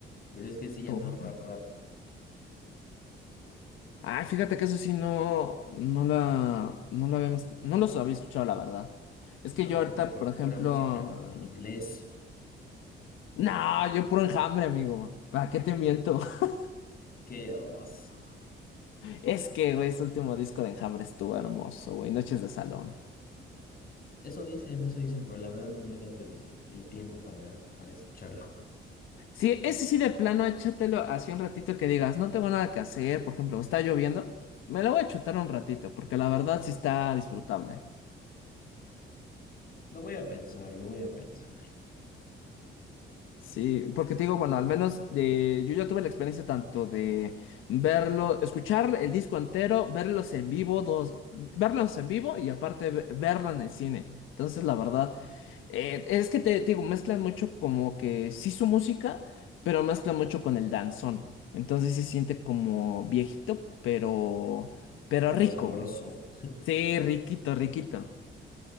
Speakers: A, on the left (about 45°); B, on the left (about 85°).
A: Pero es que ese ya
B: torne.
A: no es rap rap.
B: Ay, fíjate que eso sí no, no la, no la habíamos, no los había escuchado, la verdad. Es
A: No,
B: que yo ahorita,
A: tú porque
B: por
A: pura
B: ejemplo,
A: música en inglés.
B: no, yo puro Enjambre, amigo. ¿Para qué te miento? <laughs>
A: Qué oso.
B: Es que, güey, ese último disco de Enjambre estuvo hermoso, güey. Noches de salón.
A: Eso dicen, eso dicen, pero la verdad ni me he dado el, el tiempo para, para escucharlo.
B: Sí, ese sí de plano, échatelo así un ratito que digas, no tengo nada que hacer, por ejemplo, está lloviendo, me lo voy a chutar un ratito, porque la verdad sí está disfrutable.
A: Lo voy a pensar, lo voy a pensar.
B: Sí, porque te digo, bueno, al menos de, yo ya tuve la experiencia tanto de verlo, escuchar el disco entero, verlos en vivo, dos, verlos en vivo y aparte ve- verlo en el cine. Entonces, la verdad, Eh, es que te, digo, mezclan mucho como que sí su música, pero mezclan mucho con el danzón. Entonces sí se siente como viejito, pero, pero
A: Pero
B: rico,
A: sabroso.
B: güey. Sí, riquito, riquito.